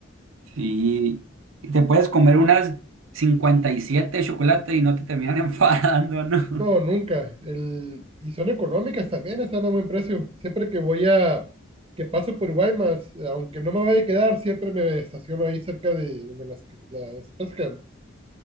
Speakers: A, on the right (about 80°); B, on the right (about 25°).
A: Sí, y te puedes comer unas 57 chocolates y no te terminan <laughs> enfadando, ¿no?
B: No, nunca. El, y son económicas también, están a buen precio. Siempre que voy a, que paso por Guaymas, aunque no me vaya a quedar, siempre me estaciono ahí cerca de donde las, las pescan.